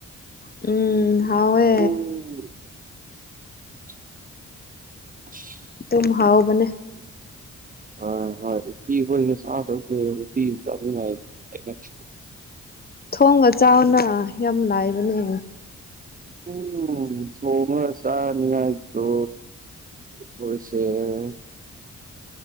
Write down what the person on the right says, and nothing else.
ꯎꯝ <unintelligible>
INAUDIBLE ꯑ ꯍꯣꯏ ꯎꯇꯤ ꯍꯣꯏꯅ ꯆꯥꯗ ꯀꯨꯏꯔꯦ ꯎꯇꯤ <unintelligible>
ꯎꯝ ꯊꯣꯡꯉ ꯆꯥꯅꯤꯉꯥꯏꯗꯣ꯫ UNINTELLIGIBLE